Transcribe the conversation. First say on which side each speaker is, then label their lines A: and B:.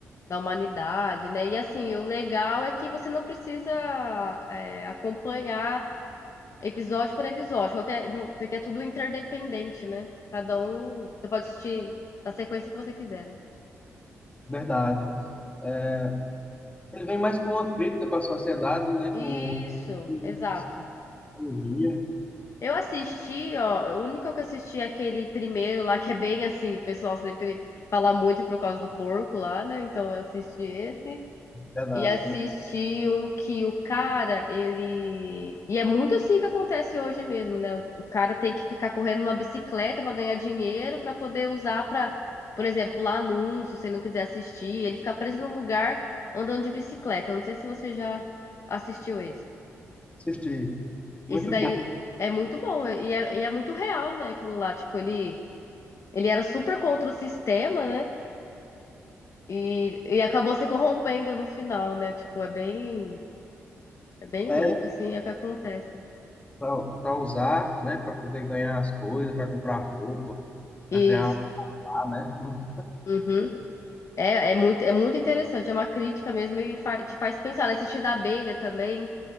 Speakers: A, on the left; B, on the left.
A: da humanidade, né? E assim, o legal é que você não precisa é, acompanhar episódio por episódio, qualquer, não- porque é tudo interdependente, né? Cada um, você pode assistir na sequência que você quiser, né?
B: Verdade. É, ele vem mais com uma crítica para a sociedade, né?
A: Isso,
B: Com o uso
A: exato.
B: da tecnologia.
A: Eu assisti, ó, o único que eu assisti é aquele primeiro lá, que é bem assim, o pessoal sempre fala muito por causa do porco lá, né? Então eu assisti esse.
B: Verdade.
A: E assisti
B: eu também
A: um que o cara, ele. E é muito assim que acontece hoje mesmo, né? O, o cara tem que ficar correndo numa bicicleta pra ganhar dinheiro, pra poder usar pra, por exemplo, lá anúncio, se ele não quiser assistir. Ele fica preso num lugar andando de bicicleta. Eu não sei se você já assistiu esse.
B: Assisti.
A: Esse
B: Muito
A: daí
B: bom.
A: é muito bom e é, e é muito real, né? Aquilo lá, tipo, ele, ele era super contra o sistema, né? E, e acabou se corrompendo no final, né? Tipo, é bem, é bem
B: É,
A: louco, assim, é o que acontece. né.
B: para usar, né? Para poder ganhar as coisas, para comprar roupa, para
A: Isso.
B: criar um lar, né? Hum.
A: Uhum. É, é muito, é muito interessante, é uma crítica mesmo e fa- te faz pensar. né? Assistir da abelha também,